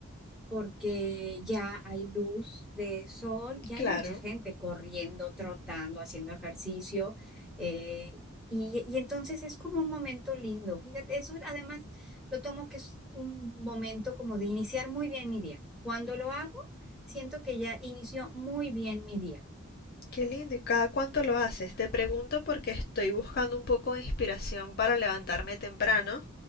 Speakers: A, in the centre; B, on the left (about 50°).
A: porque ya hay luz de sol, ya
B: Claro.
A: hay mucha gente corriendo, trotando, haciendo ejercicio, eh, y, y entonces es como un momento lindo. Fíjate, eso además lo tomo que es un momento como de iniciar muy bien mi día. Cuando lo hago, siento que ya inició muy bien mi día.
B: Qué lindo. ¿Y cada cuánto lo haces? Te pregunto porque estoy buscando un poco de inspiración para levantarme temprano